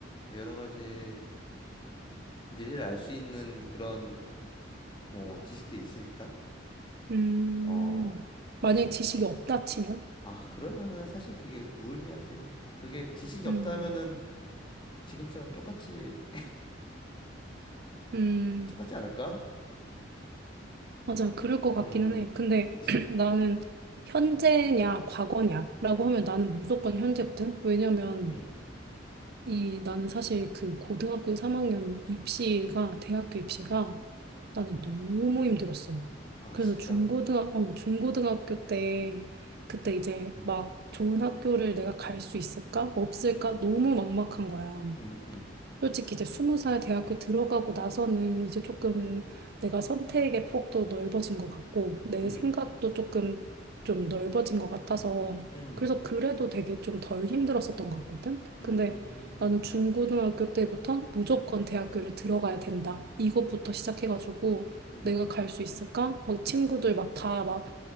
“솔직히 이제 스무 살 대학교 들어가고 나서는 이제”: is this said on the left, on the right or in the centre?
Right